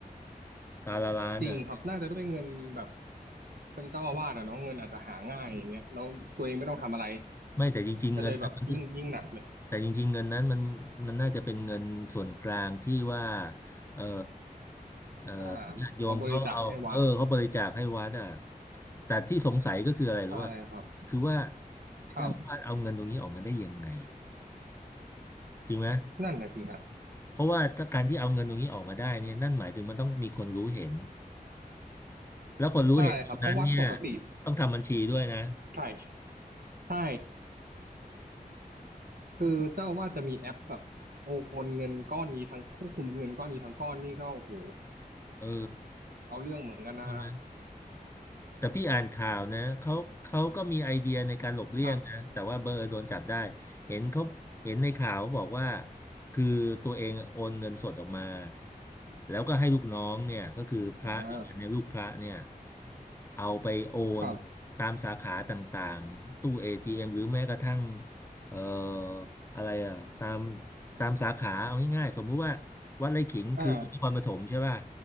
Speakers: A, on the left; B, on the right.
A: ตาละล้านอ่ะ
B: จริงครับน่าจะด้วยเงินแบบเป็นเจ้าอาวาสอ่ะเนาะเงินอาจจะหาง่ายอย่างเงี้ยแล้วตัวเองไม่ต้องทำอะไร
A: ไม่แต่จริงๆเงินนั้นมันคือ
B: ก็เลยแบบยิ่งยิ่งหนักเลย
A: แต่จริงๆเงินนั้นมันมันน่าจะเป็นเงินส่วนกลางที่ว่าเออเออ
B: อ่า
A: ญาติโยมเขาเอาเออเขาบริจาคให้วัดอ่ะ
B: เขาบริจาคให้วัด
A: แต่ที่สงสัยก็คืออะไรรู้ว่า
B: ใช่ครับ
A: คือว่าเจ้าอาวาสเอาเงินตรงนี้ออกมาได้ยังไง
B: ครับ
A: จริงไหม
B: นั่นนะสิฮะ
A: เพราะว่าถ้าการที่เอาเงินตรงนี้ออกมาได้เนี่ยนั่นหมายถึงมันต้องมีคนรู้เห็นแล้วคนรู้เห็นคนนั้นเนี่ย
B: ใช่ครับเพราะวัดปกติ
A: ต้องทำบัญชีด้วยนะ
B: ใช่ใช่ คือเจ้าอาว่าสจะมีแอปแบบโอนเงินก้อนนี้ทั้งควบคุมเงินก้อนนี้ทั้งก้อนนี่ก็โอ้โห
A: เออ
B: เอาเรื่องเหมือนกันนะฮะ
A: ใช่ไหม แต่พี่อ่านข่าวนะเขาเขาก็มีไอเดียในการหลบเลี่ยงนะแต่ว่าเบอร์โดนจับได้
B: ครับ
A: เห็นเขาเห็นในข่าวบอกว่าคือตัวเองโอนเงินสดออกมาแล้วก็ให้ลูกน้องเนี่ยก็คือพระด้วยกันเนี่ยลูกพระเนี่ย
B: อ่า
A: เอาไปโอน
B: ครับ
A: ตามสาขาต่างๆตู้ ATM หรือแม้กระทั่งเอ่ออะไรอ่ะตามตามสาขาเอาง่ายๆสมมุติว่าวัดไร่ขิงคือนครปฐมใช่ป่ะ
B: อ่า